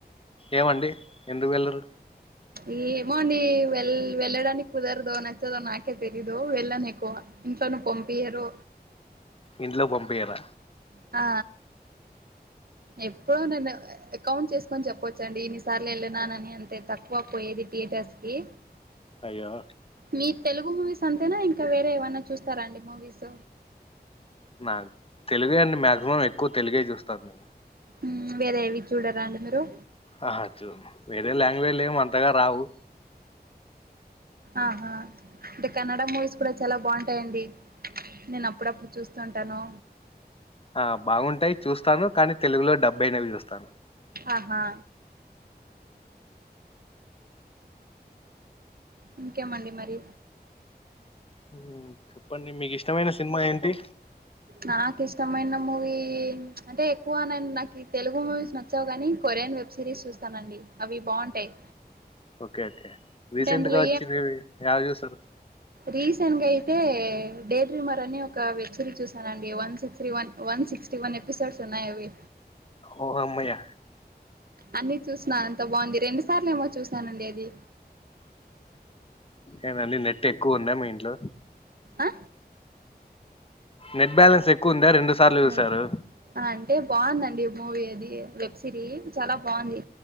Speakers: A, on the left (about 35°); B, on the right (about 60°).
A: ఏమండి ఎందుకు వెళ్లరు
B: ఈ ఏమోండి వెల్ వెల్లడానికి కుదరదు నచ్చదు నాకే తెలీదు వెళ్ళనేకువ ఇంట్లోను పంపియారు
A: ఇంట్లో పంపియారా
B: ఆ ఎప్పుడు నేను కౌంట్ చేసుకొని చెప్పొచ్చండి ఇన్నిసార్లు వెళ్ళనానని అంతే తక్కువ పోయేది థియేటర్స్కి
A: అయ్యో
B: మీ తెలుగు మూవీస్ అంతేన ఇంక వేరే ఏవన్నా చూస్తారాండి మూవీస్
A: నా తెలుగు అండి మాక్సిమం ఎక్కువ తెలుగ చూస్తాను నేను
B: ఉమ్ వేర ఏవి చూడరాండి మీరు
A: అహా చూన్ను వేరే లాంగ్వేజ్ లేమ అంతగా రావు
B: ఆహా అంటే కన్నడ మూవీస్ కూడా చాలా బాగుంటాయండి ఉమ్ నేను అప్పుడప్పుడు చూస్తూ ఉంటను
A: ఆ బాగుంటయి చూస్తాను కానీ తెలుగులో డబ్బుయినవి చూస్తాను
B: ఆహా ఇంకేమండి మరి
A: ఉమ్ చెప్పండి మీకిష్టమైన సినిమా ఏంటి
B: నాకిష్టమైన మూవీ అంటే ఎక్కువనం నాకు ఈ తెలుగు మూవీస్ నాకు చ్చవ్గానీ కొరియన్ వెబ్ సిరీస్ చూస్తానండి అవి బాగుంటయి
A: ఓకే అండి రీసెంట్గా
B: అందులో
A: వచ్చినవి ఏడ చూసారు
B: రీసెంట్గా అయితే డేడ్ రీమర్ అని ఒక వెబ్ సిరీస్ చూసానండి one six three one one sixty one episodes ఉన్నాయావి
A: ఓ అమ్మయ్య
B: అన్ని చూసిన అంత బాగుంది రెండు సార్లు ఏమో చూసానండి అది
A: ఎందండి నెట్ ఎక్కువ ఉందా మీ ఇంట్లో
B: ఆ
A: నెట్ బ్యాలెన్స్ ఎక్కువ ఉందా రెండు సార్లు చూసారు
B: నెట్ అంటే బాగుందండి మూవీ అది వెబ్ సిరీ చాలా బాగుంది